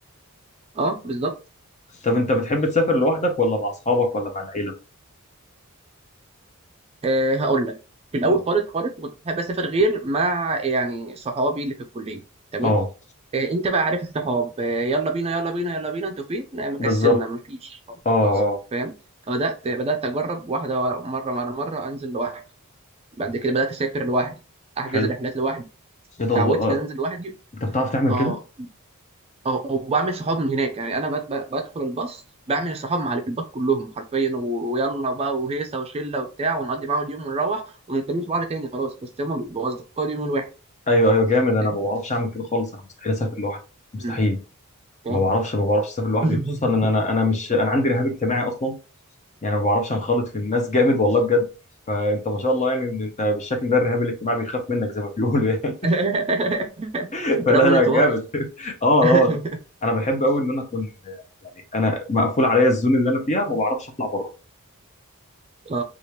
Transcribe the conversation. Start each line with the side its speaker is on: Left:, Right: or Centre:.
Right: اه بالظبط
Left: طب انت بتحب تسافر لوحدك ولا مع اصحابك ولا مع العيلة
Right: آه هقول لك في الاول خالص خالص كنت بحب اسافر غير مع يعني صحابي اللي في الكليه تمام
Left: اه
Right: إيه، انت بقى عارف الصحاب إيه، يلا بينا يلا بينا يلا بينا انتوا فين لا، مكسلنا
Left: بالظبط
Right: مفيش
Left: اه
Right: خلاص
Left: اه
Right: فاهم فبدات بدات اجرب واحده ورا- مره على مره انزل لوحدي بعد كده بدات اسافر لوحدي احجز
Left: حلو
Right: رحلات لوحدي
Left: ايه ده
Right: اتعودت
Left: الله آه.
Right: ان أنا انزل لوحدي
Left: انت بتعرف تعمل
Right: اه
Left: كده
Right: اه وبعمل صحاب من هناك يعني انا بد- ب- بدخل الباص بعمل الصحاب مع اللي في الباص كلهم حرفيا و- ويلا بقى وهيصه وشله وبتاع ونقضي معاهم اليوم ونروح وما نتكلمش بعض تاني خلاص بس هم بيبقوا اصدقاء اليوم الواحد
Left: ايوه ايوه جامد انا
Right: فاهم
Left: ما بعرفش اعمل كده خالص انا مستحيل اسافر لوحدي مستحيل
Right: مم، فاهم
Left: ما بعرفش ما بعرفش اسافر لوحدي
Right: <laughs>
Left: خصوصا ان انا انا مش انا عندي رهاب اجتماعي اصلا يعني ما بعرفش انخلط في الناس جامد والله بجد فانت ما شاء الله يعني إن انت بالشكل ده الرهاب الاجتماعي بيخاف منك زي ما بيقولوا يعني
Right: <laughs>
Left: <laughs> فلا
Right: رغم من
Left: لا
Right: انطوائي
Left: جامد <laughs> اه
Right: <laughs>
Left: لا والله. انا بحب قوي ان انا اكون يعني انا مقفول عليا الزون اللي انا فيها ما بعرفش اطلع بره
Right: اه